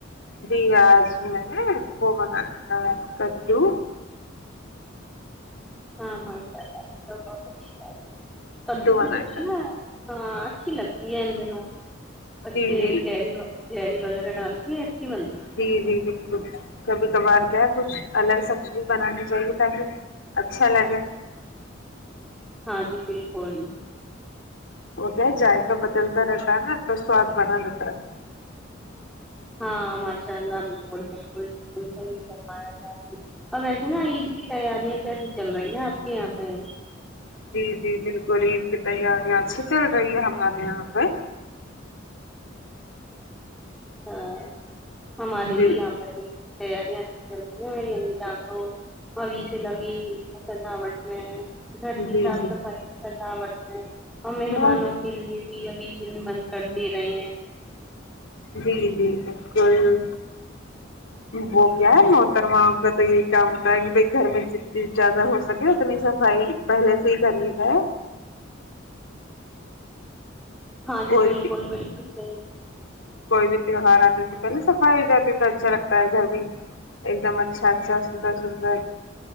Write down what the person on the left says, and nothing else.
جی آج میں نے وہ بنایا تھا کددو
بنایا
تھا
جی جی
جی جی بالکل کبھی کبھار کیا ہے کچھ الگ سبزی بنانی چاہیے تاکہ اچھا لگے
وہ کیا ہے جائقہ بدلتا رہتا ہے نا تو سواد بنا رہتا ہے
جی جی بالکل عید کی تیاریاں اچھی چل رہی ہے ہمارے یہاں پہ
جی
جی
جی
بس
جی جی بالکل وہ کیا ہے محترما آپ کا تو یہی کام ہوتا ہے کہ بھائی گھر میں جتنی ذیادہ ہو سکے اتنی صفائی پہلے سے ہی کرلی ہے
کوئی
بھی
کوئی بھی تہوار آنے سے پہلے صفائی ہو جاتی ہے تو اچھا لگتا ہے گھر بھی ایک دم اچھا اچھا سندر سندر